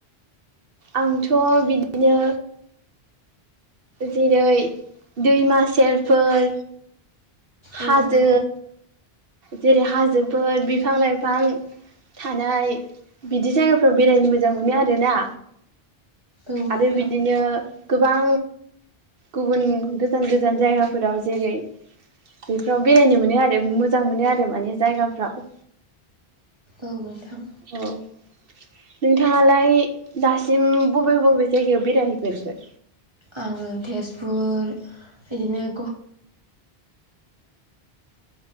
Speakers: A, on the right; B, on the right.
A: आंथ' बिदिनो जेरै दैमा सेरफोर
B: औ
A: हाजो
B: नोंथां
A: जेरै हाजोफोर बिफां लाइफां थानाय बिदि जायगाफ्राव बेरायनो मोजां मोनो आरोना
B: औ नोंथां
A: आरो बिदिनो गोबां गुबुन गोजान गोजान जायगाफोराव जेरै बेफोराव बेरायनो मोनो आरो मोजां मोनो आरो माने जायगाफ्राव
B: औ नोंथां
A: औ नोंथाङालाय दासिम बबे बबे जायगायाव बेरायहैग्रोखो
B: आङो तेजपुर बिदिनो ग